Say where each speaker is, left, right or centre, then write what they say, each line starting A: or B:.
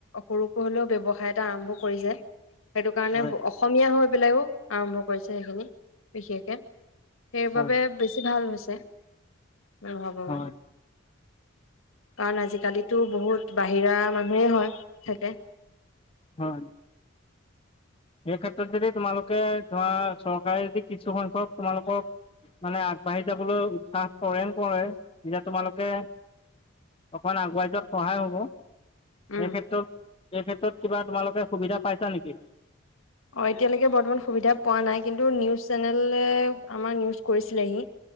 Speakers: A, on the left; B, on the left.
A: সৰুকয় হলেও ব্যৱসায় এটা আৰম্ভ কৰিছে। সেইটো কাৰণে
B: হয়
A: অসমীয়া হৈ পেলাইও আৰম্ভ কৰিছে সেইখিনি বিশেষকে। সেইবাবে
B: হয়
A: বেছি ভাল হৈছে <unintelligible> ভাবো
B: হয়
A: মই। কাৰণ আজিকালিতো বহুত বাহিৰা মানুহে হয় থাকে।
B: হয়। সেই ক্ষেত্ৰত যদি তোমালোকে ধৰা, চৰকাৰে যদি কিছু সংখ্যক তোমালোকক মানে, আগবাঢ়ি যাবলৈ উৎসাহ কৰে, নকৰে? এতিয়া তোমালোকে অকণ আগুৱাই যোৱাত সহায় হ'ব। এই
A: উম
B: ক্ষেত্ৰত, এই ক্ষেত্ৰত কিবা তোমালোকে সুবিধা পাইছা নেকি?
A: অঁ, এতিয়ালৈকে বৰ্তমান সুবিধা পোৱা নাই। কিন্তু নিউজ চেনেলে আমাৰ নিউজ কৰিছিলেহি।